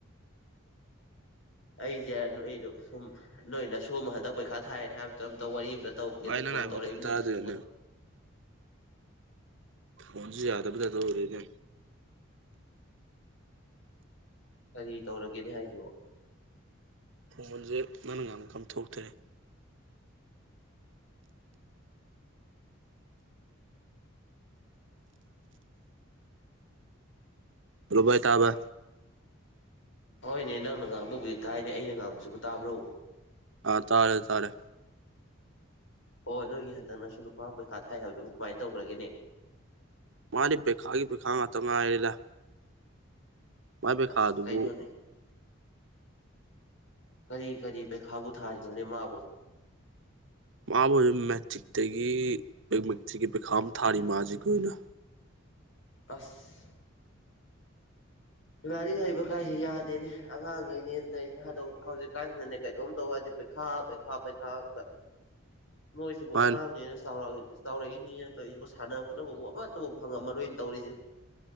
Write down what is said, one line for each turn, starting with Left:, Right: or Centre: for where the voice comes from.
Left: ꯑꯩꯖꯦ ꯅꯣꯏꯗꯣ ꯁꯨꯝ ꯅꯣꯏ ꯅꯁꯨꯃ ꯍꯟꯗꯛ ꯄꯩꯈꯥ ꯊꯥꯏꯅ ꯍꯥꯏꯕꯗꯨꯗ ꯑꯝꯇ ꯋꯥꯔꯤ ꯑꯃꯇ ꯇꯧ ꯒꯦꯅ
Right: ꯚꯥꯏ
Left: ꯐꯣꯟ
Right: ꯅꯪꯅ ꯍꯥꯏꯕꯗꯣ
Left: ꯇꯧꯔꯛꯏꯅꯤꯅꯦ
Right: ꯀꯩꯝ ꯇꯥꯗ꯭ꯔꯦꯅꯦ
Left: ꯃꯣꯗ
Right: ꯐꯣꯟꯖꯦ <unintelligible> ꯑꯣꯏꯔꯦꯅꯦ
Left: ꯀꯔꯤ ꯇꯧꯔꯒꯦꯅꯦ ꯍꯥꯏꯁꯤꯕꯣ
Right: ꯐꯣꯟꯖꯦ ꯅꯪꯅ ꯉꯥꯡꯕꯀꯥ ꯑꯝꯊꯣꯛꯇꯔꯦ ꯍꯜꯂꯣ ꯚꯥꯏ ꯇꯥꯕ
Left: ꯍꯣꯏꯅꯦ ꯅꯪꯅ ꯉꯥꯡꯕꯕꯨꯗꯤ ꯇꯥꯏꯅꯦ ꯑꯩꯅ ꯉꯥꯡꯕꯁꯤꯕꯨ ꯇꯥꯕ꯭ꯔꯣ
Right: ꯑꯥ ꯇꯥꯔꯦ ꯇꯥꯔꯦ
Left: ꯑꯣ ꯅꯣꯏꯒꯤ ꯍꯟꯗꯛꯅꯁꯨ ꯅꯨꯄꯥꯃ ꯄꯩꯈꯥ ꯊꯥꯏ ꯍꯥꯏꯕꯗꯨꯕꯨ ꯀꯃꯥꯏ ꯇꯧꯒ꯭ꯔꯒꯦꯅꯦ
Right: ꯃꯥꯗꯤ ꯄ꯭ꯔꯤꯈꯥꯒꯤ ꯄꯩꯈꯥ ꯉꯥꯛꯇ ꯉꯥꯏꯔꯦꯂ ꯃꯥꯏ ꯄꯩꯈꯥꯗꯨꯕꯨ
Left: ꯑꯁ ꯀꯩꯅꯣꯅꯦ ꯀꯔꯤ ꯀꯔꯤ ꯄꯩꯈꯥꯕꯨ ꯊꯥꯔꯤꯅꯣꯅꯦ ꯃꯥꯕꯣ
Right: ꯃꯥꯕꯨ ꯃꯦꯇ꯭ꯔꯤꯛꯇꯒꯤ <unintelligible> ꯄ꯭ꯔꯤꯈꯥ ꯑꯝ ꯊꯥꯔꯤ ꯃꯖꯤꯀꯤ ꯑꯣꯏꯅ
Left: ꯑꯁ ꯂꯥꯏꯔꯤꯛ ꯍꯩꯕ ꯀꯥꯏꯖꯦ ꯌꯥꯗꯦꯅꯦ ꯑꯉꯥꯡꯒꯩꯅꯦꯟ ꯇꯧꯋꯤꯖꯤꯅ ꯍꯥꯗꯧ ꯍꯧꯖꯤꯛꯀꯥꯟꯖꯤꯅꯅꯦ ꯀꯩꯅꯣꯝ ꯇꯧ ꯌꯥꯗꯦ ꯄꯩꯈꯥ ꯄꯩꯈꯥ ꯄꯩꯈꯥ ꯉꯛꯇ ꯃꯣꯏꯖꯤꯕꯨ
Right: ꯃꯥꯅꯤ
Left: ꯑꯉꯥꯡꯅꯦꯅ ꯆꯥꯎꯔꯛꯑꯏ ꯆꯥꯎꯔꯛꯏꯅꯦꯅ ꯇꯧꯔꯤꯖꯤꯕꯨ ꯁꯥꯟꯅ ꯈꯣꯠꯅꯕꯕꯨ ꯑꯃꯠꯇꯕꯨ ꯐꯪꯉꯝꯃꯔꯣꯏꯅꯦ ꯇꯧꯔꯤꯖꯦ